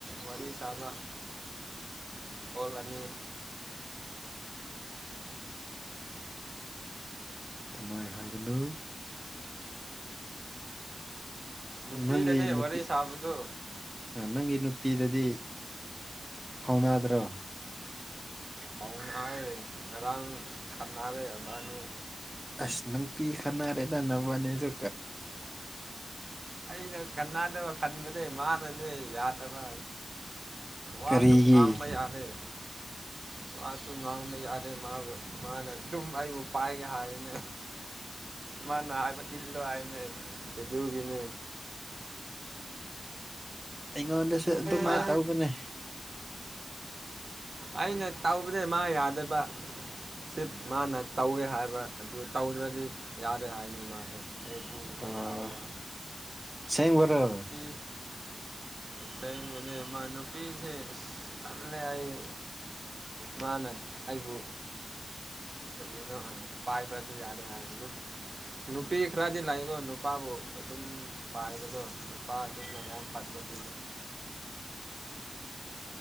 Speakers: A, on the right; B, in the centre.
A: ꯋꯥꯔꯤ ꯁꯥꯕ ꯑꯣꯜ ꯑꯅꯤ
B: ꯑꯗꯨꯃꯥꯏꯅ ꯍꯥꯏꯒꯅꯨ
A: ꯅꯨꯄꯤꯗꯅꯦ
B: ꯅꯪꯒꯤ ꯅꯨꯄꯤ
A: ꯋꯥꯔꯤ ꯁꯥꯕꯗꯨ
B: ꯑ ꯅꯪꯒꯤ ꯅꯨꯄꯤꯗꯗꯤ ꯐꯥꯎꯅꯥꯗ꯭ꯔꯣ
A: ꯄꯥꯎꯅꯥꯔꯦ ꯉꯔꯥꯡ ꯈꯥꯟꯅꯔꯦ ꯑꯗꯨꯅꯤ
B: ꯑꯁ ꯅꯪ ꯄꯤ ꯈꯅꯔꯦꯗꯅꯕꯅꯦꯁꯨ
A: ꯑꯩꯅ ꯈꯅꯥꯗꯕ ꯈꯟꯕ ꯃꯥꯅꯅꯦ ꯌꯥꯗꯕ ꯋꯥꯁꯨ
B: ꯀꯔꯤꯒꯤ
A: ꯉꯥꯡꯕ ꯌꯥꯅꯤ <unintelligible> ꯃꯥꯁꯨ ꯉꯥꯡꯕ ꯌꯥꯗꯦ ꯃꯥꯕꯨ ꯃꯥꯅ ꯑꯗꯨꯝ ꯑꯩꯕꯨ ꯄꯥꯏꯒꯦ ꯍꯥꯏꯔꯤꯅꯦ ꯃꯥꯅ ꯍꯥꯏꯕ ꯏꯜꯂꯣ ꯍꯥꯏꯅꯦꯒꯤꯅꯦ
B: ꯑꯩꯉꯣꯟꯗꯁꯨ ꯑꯗꯨꯃꯥꯏꯅ
A: ꯃꯥ
B: ꯇꯧꯕꯅꯦ
A: ꯑꯩꯅ ꯇꯧꯕꯗ ꯃꯥ ꯌꯥꯗꯕ ꯁꯤꯞ ꯃꯥꯅ ꯇꯧꯋꯦ ꯍꯥꯏꯕ ꯑꯗꯨ ꯇꯧꯗ꯭ꯔꯗꯤ ꯌꯥꯔꯦ ꯍꯥꯏꯅꯤ ꯃꯥꯁꯦ ꯑꯗꯨꯏꯅꯤꯅꯦ
B: ꯑꯣ
A: ꯁꯥꯎꯕ
B: ꯑꯁꯦꯡꯕꯔꯣ
A: ꯅꯨꯄꯤ ꯁꯦꯡꯕꯅꯦ ꯃꯥ ꯅꯨꯄꯤꯁꯦ ꯇꯜꯂꯦ ꯑꯩ ꯃꯥꯅ ꯑꯩꯕꯨ ꯀꯔꯤ ꯅ ꯄꯥꯏ ꯄꯗꯤ ꯌꯥꯗꯦ ꯍꯥꯏ ꯅꯨꯄꯤ ꯈꯔꯗꯤ ꯂꯥꯛꯏꯀꯣ ꯅꯨꯄꯥꯕꯨ ꯑꯗꯨꯝ ꯄꯥꯏꯕꯗꯣ ꯅꯨꯄꯥꯁꯤꯡꯅ ꯌꯥꯝ ꯐꯠꯕ <inaudible>